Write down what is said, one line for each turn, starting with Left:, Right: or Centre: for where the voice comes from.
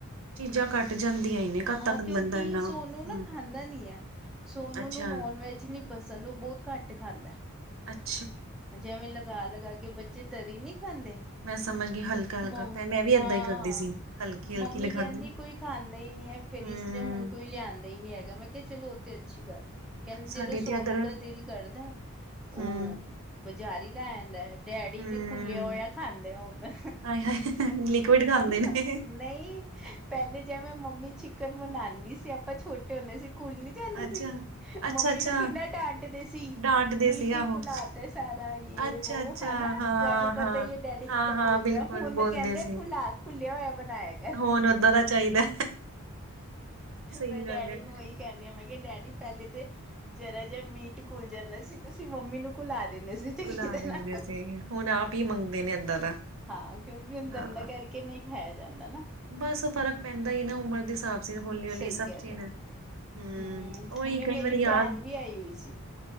Right: ਚੀਜ਼ਾਂ ਘੱਟ ਜਾਂਦੀਆਂ ਹੀ ਨੇ ਕਦ
Centre: ਹਾਂ
Right: ਤੱਕ
Centre: ਕਿਉਂਕਿ
Right: ਬੰਦਾ ਇੰਨਾ
Centre: ਸੋਨੂੰ ਨਾ
Right: ਹੂੰ
Centre: ਖਾਂਦਾ ਨੀ ਹੈ, ਸੋਨੂੰ
Right: ਅੱਛਾ
Centre: ਨੂੰ ਨੋਨ ਵੈਜ ਨੀ ਪਸੰਦ, ਉਹ ਬਹੁਤ ਘੱਟ ਖਾਂਦੇ।
Right: ਅੱਛ
Centre: ਜੇਵੇਂ ਲਗਾ ਲਗਾ ਕੇ ਬੱਚੇ, ਤਰੀ ਨਹੀਂ ਖਾਂਦੇ।
Right: ਮੈਂ ਸਮਝ ਗਈ ਹਲਕਾ ਹਲਕਾ
Centre: ਮ
Right: ਪ ਮੈਂ ਵੀ
Centre: ਹਾਂ,
Right: ਏਦਾਂ ਹੀ ਕਰਦੀ ਸੀ ਹਲਕੀ ਹਲਕੀ
Centre: ਮੰਮੀ
Right: ਲਗਾਉਂਦੇ
Centre: ਕਹਿੰਦੀ ਕੋਈ ਖਾਂਦਾ ਹੀ ਨਹੀਂ ਏ। ਫੇਰ
Right: ਹੂੰ
Centre: ਇਸ ਲਈ, ਹੁਣ ਕੋਈ ਲਿਆਂਦਾ ਹੀ ਨੀ ਹੈਗਾ ਮੈਂ ਕੇਹਾ ਚਲੋ, ਔ ਤੇ ਅੱਛੀ ਗੱਲ ਏ, ਕਹਿੰਦੇ
Right: ਸਾਡੇ
Centre: ਜਦੋਂ ਸੋਨੂੰ
Right: ਤੇ ਇੱਧਰ
Centre: ਦਾ ਦਿਲ ਕਰਦਾ ਔ
Right: ਹੂੰ
Centre: ਬਜ਼ਾਰ ਹੀ ਲੈ ਆਦਾ ਡੈਡੀ
Right: ਹੂੰ
Centre: ਤੇ ਕੁੱਲਿਆ ਹੋਇਆ ਖਾਂਦੇ ਆ ਹੁਣ
Right: ਹਾਏ ਹਾਏ ਲਿਕੁਿਡ
Centre: ਮੰਮਾ
Right: ਖਾਂਦੇ ਨੇ
Centre: ਨਹੀਂ ਪਹਿਲੇ ਜੇਵੇੈਂ ਮੰਮੀ ਚਿਕਨ ਬਨਾਂਦੀ ਸੀ ਆਪਾਂ ਛੋਟੇ ਹੁੰਦੇ ਸੀ ਕੂਲ ਨੀ ਜਾਂਦਾ
Right: ਅੱਛਾ
Centre: ਸੀ ਮੰਮੀ
Right: ਅੱਛਾ ਅੱਛਾ
Centre: ਨੂੰ ਕਿੰਨਾ ਡਾਂਟਦੇ ਸੀ
Right: ਡਾਂਟਦੇ
Centre: ਮੀਟ
Right: ਸੀ
Centre: ਹੀ
Right: ਆਹੋ
Centre: ਕੁਲਾ ਸਾਰਾ ਯ
Right: ਅੱਛਾ
Centre: ਵੋ
Right: ਅੱਛਾ
Centre: ਹਨਾ
Right: ਹਾਂ
Centre: ਤੁਹਾਨੂੰ ਪਤਾ
Right: ਹਾਂ
Centre: ਹੀ ਹੈ ਡੈਡੀ ਕਿੱਦਾਂ
Right: ਹਾਂ
Centre: ਬੋਲਦੇ
Right: ਹਾਂ ਬਿਲਕੁਲ
Centre: ਆ ਹੁਣ
Right: ਬੋਲਦੇ
Centre: ਕਹਿੰਦੇ
Right: ਸੀ
Centre: ਖੁਲਾਅ ਖੁੱਲਿਆ ਹੋਇਆ ਬਣਾਇਆ ਕਰ
Right: ਹੁਣ ਓਦਾਂ ਦਾ ਚਾਹੀਦਾ ਸਹੀ
Centre: ਮੈਂ ਡੈਡੀ
Right: ਗੱਲ ਹੈ
Centre: ਨੂੰ ਇਹੀ ਕਹਿਣੀ ਆ ਮੈਂ ਕਿਹਾ ਡੈਡੀ ਪਹਿਲੇ ਤੇ ਜਰਾ ਜਿਹਾ ਮੀਟ ਘੁਲ ਜਾਂਦਾ ਸੀ ਤੁਸੀਂ ਮੰਮੀ ਨੂੰ ਘੁਲਾ ਦਿੰਦੇ ਸੀ ਚੰਗੀ
Right: ਘੁਲਾ
Centre: ਤਰ੍ਹਾਂ
Right: ਦਿੰਦੇ ਸੀ ਹੁਣ ਆਪ ਹੀ ਮੰਗਦੇ ਨੇ ਏਦਾਂ ਦਾ
Centre: ਹਾਂ ਕਿਉਂਕਿ ਹੁਣ ਦੰਦਾ
Right: ਹਾਂ
Centre: ਕਰਕੇ ਨਹੀਂ ਖਾਇਆ ਜਾਂਦਾ ਨਾ।
Right: ਬਸ ਫਰਕ ਪੈਂਦਾ ਹੀ ਨਾ ਉਮਰ ਦੇ ਹਿਸਾਬ ਸੀ ਹੌਲੀ ਹੌਲੀ
Centre: ਸਹੀ
Right: ਸਭ
Centre: ਕਹਿ
Right: ਚਿਨ
Centre: ਰਹੇ ਹੋ
Right: ਹੂੰ
Centre: ਹੂੰ
Right: ਉਹੀ
Centre: ਹੁਣੇ
Right: ਕਈ
Centre: ਮੇਰੀ
Right: ਵਾਰੀ ਯਾਰ
Centre: ਭੈਣ ਵੀ ਆਈ ਹੋਈ ਸੀ।